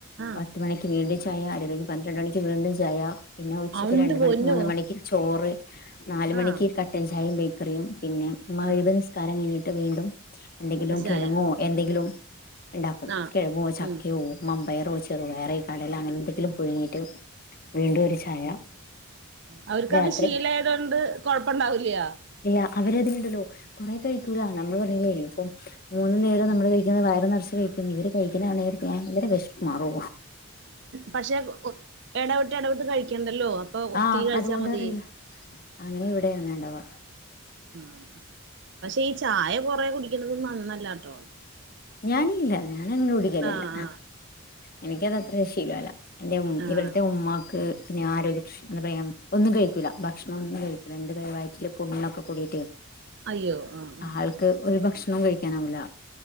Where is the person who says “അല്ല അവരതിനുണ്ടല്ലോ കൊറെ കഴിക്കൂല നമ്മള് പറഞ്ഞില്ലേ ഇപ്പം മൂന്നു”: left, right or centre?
Left